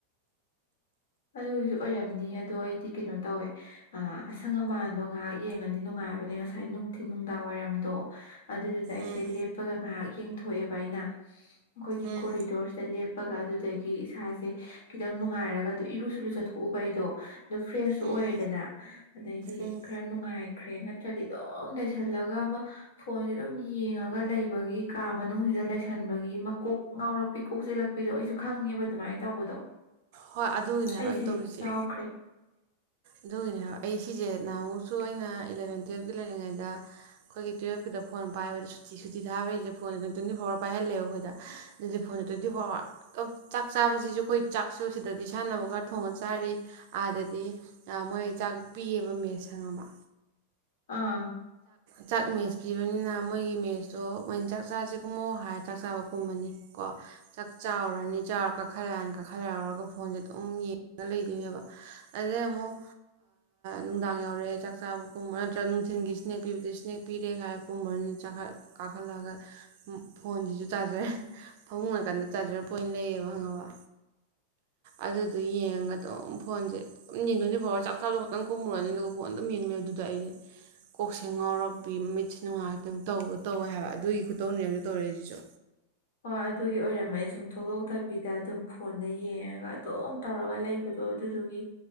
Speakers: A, on the left (about 75°); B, on the right (about 45°).
A: ꯑꯗꯨꯒꯤꯁꯨ ꯑꯣꯏꯔꯝꯅꯤ ꯑꯗꯣ ꯑꯩꯗꯤ ꯀꯩꯅꯣ ꯇꯧꯋꯦ ꯑꯁꯪ ꯑꯃꯥꯟꯗꯣ ꯉꯥꯏꯍꯥꯛ ꯌꯦꯡꯉꯗꯤ ꯅꯨꯡꯉꯥꯏ ꯍꯥꯏꯕꯅꯤ ꯉꯁꯥꯏ ꯅꯨꯡꯊꯤꯤꯟ ꯅꯨꯡꯗꯥꯡ ꯋꯥꯏꯔꯝꯗꯣ ꯑꯗꯨꯗꯨꯗ ꯑꯩꯁꯦ
B: ꯎꯝ
A: ꯂꯦꯞꯄꯒ ꯉꯥꯏꯍꯥꯛ ꯌꯦꯡꯊꯣꯛꯑꯦꯕ ꯑꯩꯅ ꯑꯩꯈꯣꯏꯒꯤ
B: ꯎꯝ
A: ꯀꯣꯔꯤꯗꯣꯔꯁꯇꯞ ꯀꯞꯄꯒ ꯑꯗꯨꯗꯒꯤ ꯏꯁꯥꯁꯦ ꯈꯤꯇꯪ ꯅꯨꯡꯉꯥꯏꯔꯒ ꯑꯗꯨ ꯏꯔꯨ ꯁꯂꯨ ꯆꯠꯊꯣꯛꯎꯕ ꯑꯩꯗꯣ ꯑꯗꯨꯗ ꯐ꯭ꯔꯦꯁꯁꯨ
B: ꯎꯝ
A: ꯑꯣꯏꯔꯦꯗꯅ ꯑꯗꯩꯗꯤ
B: ꯎꯝ
A: ꯈꯔ ꯅꯨꯡꯉꯥꯏ ꯈ꯭ꯔꯦ ꯅꯠꯇ꯭ꯔꯗꯤ ꯑꯗꯨꯝ ꯂꯩꯁꯜꯂꯒ ꯑꯃ ꯐꯣꯟꯁꯤꯦ ꯑꯗꯨꯝ ꯌꯦꯡꯉꯒ ꯂꯩꯕꯒꯤ ꯀꯥ ꯃꯅꯨꯡꯁꯤ ꯁꯤꯗ ꯂꯩꯁꯟꯕꯒꯤ ꯃꯀꯣꯛ ꯉꯥꯎꯔꯛꯄꯤ ꯀꯣꯛ ꯆꯜꯂꯛꯄꯤꯗꯣ ꯑꯩꯁꯨ ꯈꯪꯉꯦꯕ ꯑꯗꯨꯃꯥꯏꯅ ꯇꯧꯕꯗꯣ
B: ꯍꯣꯏ ꯑꯗꯨꯒꯤꯅꯦ ꯍꯥꯏꯕ
A: ꯑꯩꯁꯨ
B: ꯑꯩꯅ ꯇꯧꯔꯤꯁꯦ
A: ꯌꯥꯎꯈ꯭ꯔꯦ
B: ꯑꯗꯨꯒꯤꯅꯦ ꯍꯥꯏꯕ ꯑꯩ ꯁꯤꯁꯦ ꯅꯍꯃꯨꯛ ꯁꯨ ꯑꯩꯅ ꯏꯂꯕꯦꯟ ꯇꯨꯌꯦꯜꯞꯀꯤ ꯂꯩꯔꯤꯉꯩꯗ ꯑꯩꯈꯣꯏꯒꯤ ꯇꯨꯌꯦꯦꯜꯞꯨꯗ ꯐꯣꯟ ꯄꯥꯏꯕꯗꯨꯤꯨꯤ ꯊꯥꯕꯁꯤꯩꯗ ꯐꯣꯟꯦ ꯇ꯭ꯋꯦꯟꯇꯤ ꯐꯣꯔ ꯑꯋꯥꯔ ꯄꯍꯂꯦꯕ ꯑꯩꯈꯣꯏꯗ ꯑꯗꯨꯗꯤ ꯐꯣꯟ ꯇ꯭ꯋꯦꯟ ꯐꯣꯔ ꯑꯋꯥ ꯆꯥꯛ ꯆꯥꯕꯁꯤꯁꯨ ꯑꯩꯈꯣꯏ ꯆꯥꯛ ꯆꯥꯛꯨ ꯁꯤꯗꯗꯤ ꯁꯥꯟꯅꯕ ꯈꯔ ꯊꯣꯡꯉ ꯆꯥꯔꯤ ꯑꯥꯗꯗꯤ ꯃꯣꯏ ꯆꯥꯛ ꯄꯤꯑꯕ ꯃꯦꯁ ꯇꯃ
A: ꯑꯥ
B: ꯆꯥꯛ ꯃꯦꯁ ꯄꯤꯕꯅꯤꯅ ꯃꯣꯏꯒꯤ ꯃꯦꯁꯇꯣ ꯃꯣꯏꯅ ꯆꯥꯛ ꯆꯥꯁꯦ ꯀꯨꯝꯃꯣ ꯍꯥꯏꯔ ꯆꯥꯛ ꯆꯥꯕ ꯀꯨꯝꯃꯅꯤ ꯀꯣ ꯆꯥꯛ ꯆꯥꯎꯔꯅꯤ ꯆꯥꯎꯔ ꯀꯥꯈꯠꯂꯅꯤ ꯀꯥꯈꯠꯂꯥꯎꯔꯒ ꯐꯣꯟꯁꯦ ꯑꯗꯨꯝ ꯌꯦꯡꯉꯒ ꯂꯩꯗꯣꯏꯅꯦꯕ ꯑꯗꯩ ꯑꯃꯨꯛ ꯅꯨꯡꯗꯥꯡ ꯌꯧꯔꯛꯑꯦ ꯆꯥꯛ ꯆꯥꯕ ꯀꯨꯝꯕꯠꯇ ꯅꯨꯡꯊꯤꯟꯒꯤ ꯏꯁꯅꯦꯛ ꯄꯤꯕꯗ ꯏꯁꯅꯦꯛ ꯄꯤꯔꯦꯒꯥꯏꯔ ꯄꯨꯝꯕꯅꯤ ꯀꯥꯈꯠꯂꯒ ꯐꯣꯟꯁꯤ ꯁꯤꯁꯨ ꯆꯥꯔꯖꯔ ꯐꯃꯨꯡ ꯅꯥꯀꯥꯟꯗ ꯆꯥꯔꯖꯔ ꯄꯣꯏꯟ ꯂꯩꯌꯦꯕ ꯈꯪꯉꯕ
A: <inaudible>
B: ꯑꯗꯨꯗ ꯌꯦꯡꯉꯒ ꯑꯗꯨꯝ ꯐꯣꯟꯁꯦꯝ ꯌꯦꯡꯗꯣꯏꯅꯤ ꯐꯥꯎ ꯆꯥꯛ ꯊꯥꯕꯗꯣ ꯈꯛꯇꯪ ꯀꯨꯝꯃꯨꯔꯅꯤ ꯑꯗꯨꯒ ꯐꯣꯟ ꯑꯗꯨꯝ ꯌꯦꯡꯉꯕ ꯑꯗꯨ ꯑꯗꯣ ꯑꯩꯁꯦ ꯀꯣꯛꯁꯦ ꯉꯥꯎꯔꯛꯄꯤ ꯃꯤꯠꯁ ꯅꯨꯡꯉꯥꯏꯔꯇꯕ ꯇꯧꯕ ꯇꯧꯋꯦ ꯍꯥꯏꯕ ꯑꯗꯨꯒꯤ ꯈꯨꯇꯧꯅꯦ ꯍꯧꯖꯤꯛ ꯇꯧꯔꯛꯏꯁꯤꯁꯨ
A: ꯍꯣꯏ ꯑꯗꯨꯒꯤ ꯑꯣꯏꯔꯝꯃꯅꯤ ꯁꯨꯝ ꯊ ꯊꯣꯛꯗꯣꯛꯇꯕꯤꯗ ꯑꯗꯨꯝ ꯐꯣꯟꯗ ꯌꯦꯡꯉꯒ ꯑꯗꯨꯝ ꯇꯧꯔꯒ ꯂꯩꯕꯗꯣ ꯑꯗꯨꯗꯨꯒꯤ